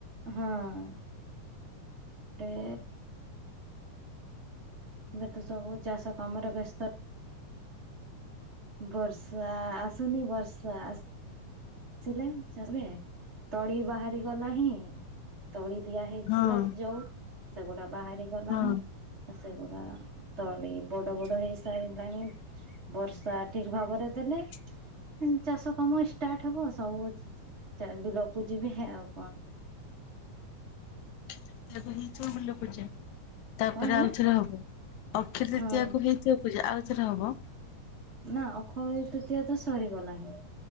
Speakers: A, on the right (about 25°); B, on the left (about 75°).
A: ହୁଁ ଏପଟେ ଏବେ ତ ସବୁ ଚାଷ କାମରେ ବ୍ୟସ୍ତ। ବର୍ଷା ଆସୁନି ବର୍ଷା ଆ ଆସିଲେ ଚାଷ ଏବେ ତଳି ବାହାରି ଗଲା ହିଁ ତଳି ଦିଆ ହେଇଥିଲା
B: ହଁ
A: ଯୋଉ ସେଗୁଡ଼ା ବାହାରି ଗଲାଣି।
B: ହଁ।
A: ସେଗୁଡା ତଳି ବଡ଼ ବଡ଼ ହେଇ ସାରିଲାଣି ବର୍ଷା ଠିକ ଭାବରେ ଦେଲେ
B: <inaudible>
A: ଚାଷ କାମ ଷ୍ଟାର୍ଟ ଟ ହବ ସବୁ ଚା ବିଲକୁ ଯିବେ ହେ ଆଉ କଣ?
B: <unintelligible> ତାପରେ
A: କଣ ହେଲା
B: ଆଉଥରେ ହବ ଅକ୍ଷ ତୃତୀୟକୁ
A: ହଁ
B: ହେଇଥିବ ପୂଜା ଆଉଥରେ ହବ।
A: ନା ଅଖଇ ତୃତିଆ ତ ସରିଗଲା ହିଁ।